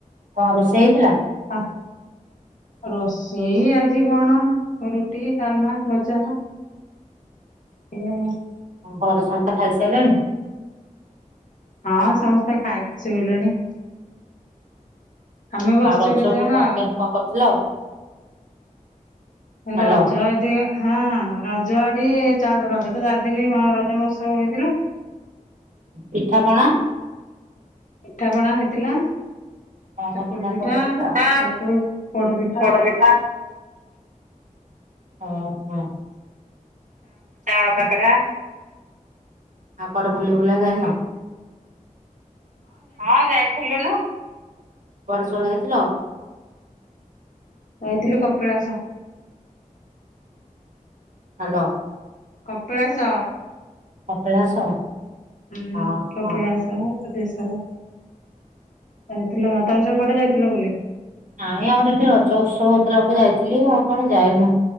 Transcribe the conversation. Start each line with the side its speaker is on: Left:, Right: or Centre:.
Right: କଣ ରୋଷେଇ ହେଇଥିଲା?
Left: ଆ, ରୋଷେଇ ଆଜି କଣ? ଓ ରୁଟି ଡାଲମା ଭଜା <unintelligible>
Right: ହଁ ଘରେ ସମସ୍ତେ ଖାଇସାରିଲଣି?
Left: ହଁ ସମସ୍ତେ ଖାଇକି ଶୋଇଲେଣି। ଆମେ ବସିଛୁ
Right: ଆଉ ରଜ
Left: କେତେଜଣ
Right: କି କଣ
Left: ଆଉ
Right: କେମତି କଣ କରିଥିଲ? ହ୍ୟାଲୋ
Left: ରଜ <unintelligible> ହଁ ରଜ ଆଡି ରଜ ତ ଚାରିଦିନି ରଜ ମହୋତ୍ସବ ହେଇଥିଲା।
Right: ପିଠା ପଣା।
Left: ପିଠା ପଣା ହେଇଥିଲା।
Right: କଣ
Left: ଚକୁଳି ପିଠା,
Right: ସବୁ କରିଥିଲ?
Left: ଚକୁଳି ପୋଡ ପିଠା।
Right: ପୋଡପିଠା, ଓ ହୋ ତାଳ କାକରା। ଆଉ କୁଆଡେ ବୁଲି ବୁଲା ଯାଇନ, ହଁ ଯାଇଥିଲୁ ନା। କୁଆଡେ ସବୁ ଯାଇଥିଲ?
Left: ଯାଇଥିଲୁ କପିଳାସ।
Right: ହ୍ୟାଲୋ।
Left: କପିଳାସ।
Right: କପିଳାସ।
Left: ହୁଁ।
Right: ହଁ
Left: କପିଳାସ,
Right: ହଁ।
Left: ବୁଧେଶ୍ଵର ଯାଇଥିଲୁ, ତମେ ସବୁ କୁଆଡେ ଯାଇଥିଲ ବୁ?
Right: ନାଇଁ ଆମର ଏଠି ରଜ ଉତ୍ସବ ହଉଥିଲା ଗୋଟେ ଯାଇଥିଲି, ଆଉ କୁଆଡେ ଯାଇନୁ।